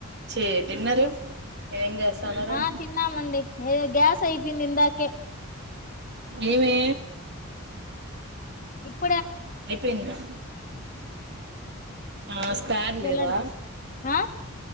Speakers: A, on the right (about 50°); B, on the left (about 35°).
A: చే డిన్నరు ఏం చేస్తన్నారు
B: ఆ తిన్నామండి ఏ గ్యాస్ అయిపోయింది ఇందాకే
A: ఏమీ
B: ఇ
A: అయిపోయిందా ఆ స్పేర్
B: తెలండి
A: లేదా
B: ఆ